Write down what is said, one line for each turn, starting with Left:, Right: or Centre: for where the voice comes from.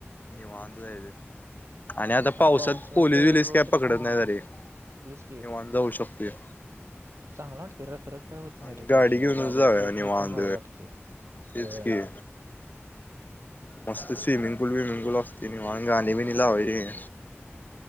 Left: निवांत जायचं आणि आता पावसात
Right: पावसाळ्यात
Left: पोलीस विलीस
Right: रोड
Left: काय
Right: ट्रिप
Left: पकडत
Right: पण भारी
Left: नाही तरी
Right: तेच
Left: निेवान जाऊ शकतोय
Right: पपपपपपचांगल वाटतय रखरख काय होत नाही
Left: आणि
Right: रे
Left: गाडी
Right: पावसाळ्यात
Left: घेऊन जाऊया
Right: रोड
Left: निवांत
Right: ट्रिप पण भारी वाटते
Left: तेच
Right: होय
Left: की मस्त स्विमिंग पूल विमिंग पूल असते निवांत म्ह गाणी बी नि लावा